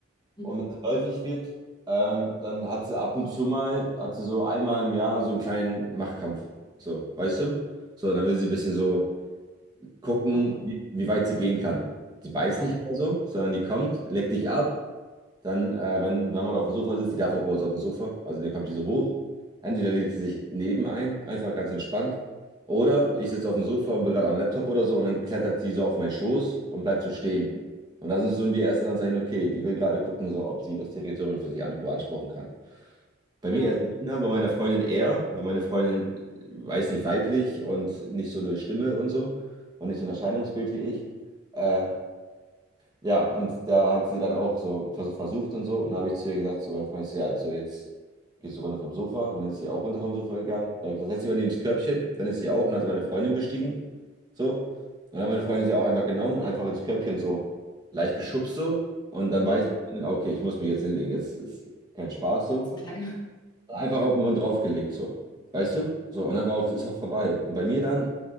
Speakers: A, on the left (about 20°); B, on the right (about 20°).
A: Mhm.
B: Und wenn es läufig wird, ähm, dann hat sie ab und zu mal, hat sie so einmal im Jahr so einen kleinen Machtkampf. So, weißt du? So, dann will sie ein bisschen so gucken,
A: Aufmachen.
B: wie, wie weit sie gehen kann. Sie beißt
A: Ja.
B: nicht oder so, sondern die kommt, leckt dich ab. Dann, äh, wenn, wenn man auf dem Sofa sitzt, die darf auch bei uns auf dem Sofa, also dann kommt die so hoch. Entweder legt sie sich neben ein, einfach ganz entspannt. Oder ich sitze auf dem Sofa und bin gerade am Laptop oder so und dann klettert sie so auf meinen Schoß und bleibt so stehen.
A: Mhm.
B: Und da sind nun die ersten Anzeichen, okay, die will gerade gucken, so, ob sie das Territorium für sich an, beanspruchen kann. Bei
A: Ja.
B: mir erst seltener, bei meiner Freundin eher, weil meine Freundin, weiß nicht, weiblich und nicht so eine Stimme und so und nicht so ein Erscheinungsbild wie ich. Äh, ja, und da hat sie dann auch so vers- versucht und so. Und dann habe ich zu ihr gesagt, zu meiner Freundin, ich so, ja, also jetzt gehst du runter vom Sofa. Und dann ist sie auch runter vom Sofa gegangen. Dann habe ich gesagt, setz dich mal neben das Körbchen. Dann ist sie auch und hat meine Freundin bestiegen. So. Und dann hat meine Freundin sie auch einfach genommen und einfach ins Körbchen so leicht geschubst so. Und dann
A: Mhm.
B: weiß ich, okay, ich muss mich jetzt hinlegen. Jetzt ist kein Spaß so.
A: So, ja.
B: Einfach auf den Hund draufgelegt, so. Weißt du? So, und dann war auch, ist auch vorbei. Und bei mir dann,